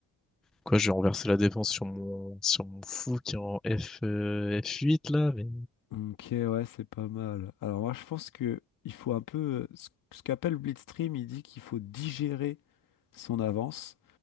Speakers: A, in the centre; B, on the left.
A: Quoi, je vais renverser la défense sur mon, sur mon fou qui est en F, euh, F8 là. Mais
B: Ok ouais c'est pas mal. Alors moi je pense que il faut un peu euh, ce, ce qu'appelle Blitzstream, il dit qu'il faut digérer son avance.